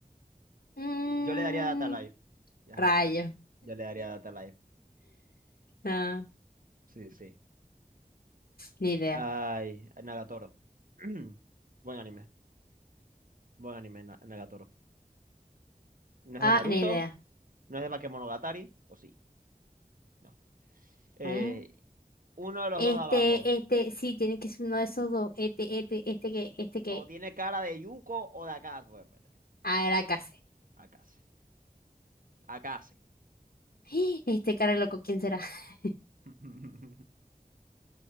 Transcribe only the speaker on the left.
Mm,
rayo.
No,
ni idea.
Ah,
ni idea.
Mm.
Este,
este, sí, tiene que ser uno de esos dos. Este, este, este que, este que.
Ah, era casi.
<gasps> Este cara loco, ¿quién será? <laughs>